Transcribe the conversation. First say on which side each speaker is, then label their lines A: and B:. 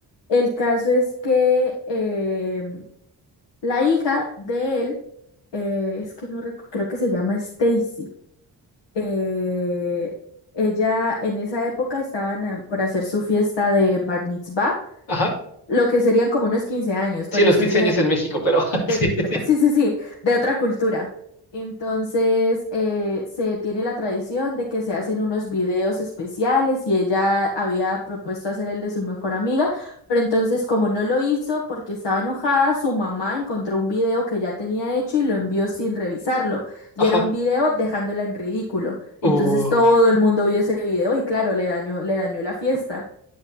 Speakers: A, on the left (about 70°); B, on the left (about 80°).
A: El caso es que eh, la hija de él, eh, es que no recu- creo que se llama Stacy. eh, ella en esa época estaban a- por hacer su fiesta de Bar Mitzvah,
B: ajá.
A: lo que serían como unos 15 años,
B: Sí,
A: pero
B: los
A: esto
B: 15
A: es de,
B: años en México, pero <laughs> sí,
A: de-
B: sí,
A: de-
B: sí.
A: sí, sí, sí, de otra cultura. Entonces, eh, se tiene la tradición de que se hacen unos videos especiales y ella había propuesto hacer el de su mejor amiga, pero entonces como no lo hizo porque estaba enojada, su mamá encontró un video que ya tenía hecho y lo envió sin revisarlo. Y
B: Ajá,
A: era un video dejándola en ridículo.
B: uh.
A: Entonces todo el mundo vio ese video y claro, le dañó, le dañó la fiesta.